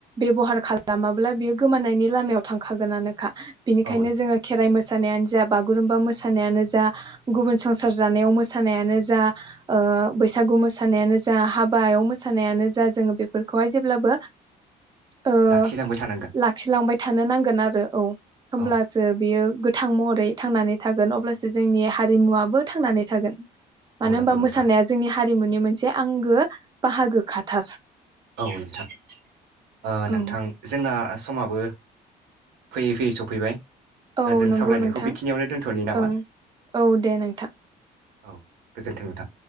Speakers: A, on the right; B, on the right.
A: बेबहार खालामाब्ला बियो गोमानायनि लामायाव थांखागोनानो खा बेनिखायनो
B: औ नंगौ
A: जोङो खेराइ मोस मोसानायानो जा बागुरुम्बा मोसानायानो जा। गुबुन संसार जानायाव मोसानायानो जा ओ बैसागु मोसानायानो जा हाबायाव मोसानाय मोसानायानो जा जोङो बेफोरखौहाय जेब्लाबो औ
B: लाखिलांबाय थानांगोन
A: लाखिलांबाय थानो नांगोन आरो औ होमब्लासो
B: औ
A: बियो थां महरै थांनानै थागोन अब्लासो जोंनि हारिमुवाबो थांनानै थागोन। मानो
B: औ नंगौ
A: होनबा
B: नोंथां
A: मोसानाया जोंनि हारिमुनि मोनसे आंगो बाहागो खाथार।
B: औ नोंथां ओ
A: औ
B: नोंथां जोंना समाबो फैयै फैयै सफैबाय।
A: औ
B: ओ जों
A: नोंगौ
B: सावरायनायखौ
A: नोंथां
B: बेखिनियावनो दोनथ'नि नामा?
A: ओं, औ दे नोंथां।
B: औ गोजोन्थों नोंथां।